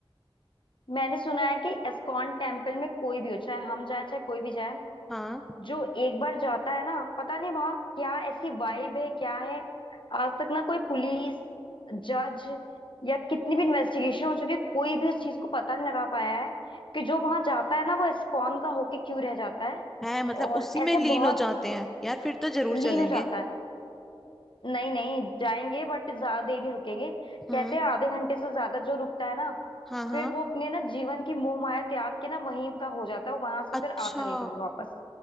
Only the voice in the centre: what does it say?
हाँ
है मतलब
उसी में
लीन
हो जाते हैं यार फिर तो जरूर चलेंगे
हम्म
हाँ हाँ
अच्छा